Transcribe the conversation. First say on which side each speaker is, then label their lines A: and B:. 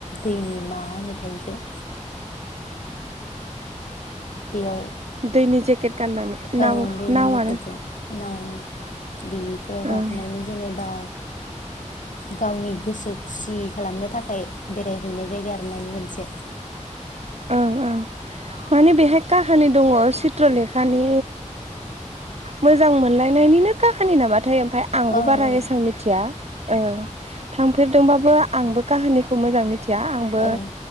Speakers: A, on the left; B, on the right.
A: दैनि मा होनो थाय बेखो बेयाव
B: दैनि जेकेट गाननानै नाव
A: औ दैनि
B: नावआनो
A: जेकेटजों नाव ओं बेफोराव गाखोनानै
B: ओं
A: जेनेबा गावनि गोसो खुसि खालामनो थाखाय बेरायहैनाय जायगा आरोना इयो मोनसे
B: ओं ओं माने बेहाय काहानि दङ चित्रलेखानि मोजां मोनलायनायनिनो काहानि नामाथाय ओमफ्राय आंबो
A: ओं
B: बारा एसबां मिथिया ओं थांफेरदोंबाबो आंबो काहानिखौ मोजां मिथिया आंबो
A: औ